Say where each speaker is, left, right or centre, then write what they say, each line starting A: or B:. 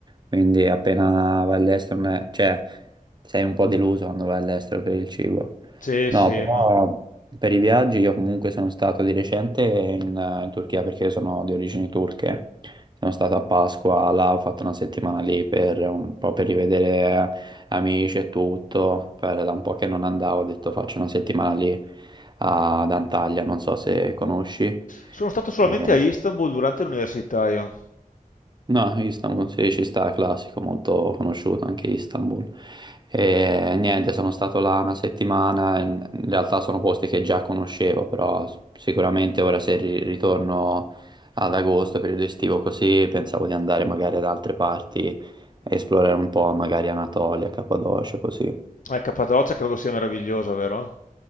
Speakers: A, on the right (about 30°); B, on the left (about 65°).
A: quindi appena vai all'estero, non è- cioè sei un po' deluso quando vai all'estero per il cibo.
B: Sì,
A: No,
B: sì,
A: però
B: ma...
A: per i viaggi io comunque sono stato di recente in, in Turchia perché sono di origini turche, sono stato a Pasqua, là ho fatto una settimana lì per un po' per rivedere amici e tutto, per- da un po' che non andavo ho detto faccio una settimana lì ad Antalya, non so se conosci.
B: Sono stato solamente
A: Eh,
B: a Istanbul durante l'università io.
A: No, Istanbul sì, ci sta, classico, molto conosciuto anche Istanbul. E, niente, sono stato là una settimana, in in realtà sono posti che già conoscevo, però sicuramente ora se ri- ritorno ad agosto, periodo estivo così, pensavo di andare magari ad altre parti, a esplorare un po', magari Anatolia, Cappadocia, così.
B: Eh, Cappadocia credo sia meravigliosa, vero?